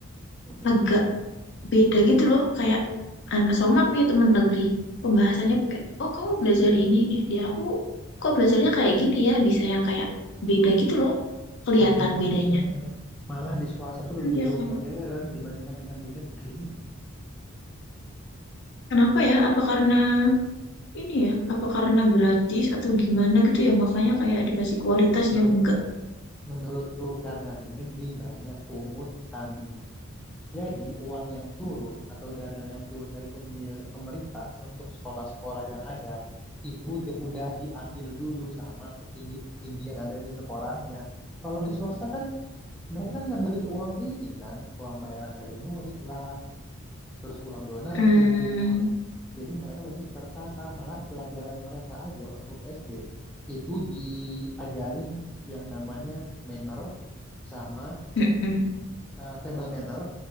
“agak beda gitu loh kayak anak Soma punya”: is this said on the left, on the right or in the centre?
Left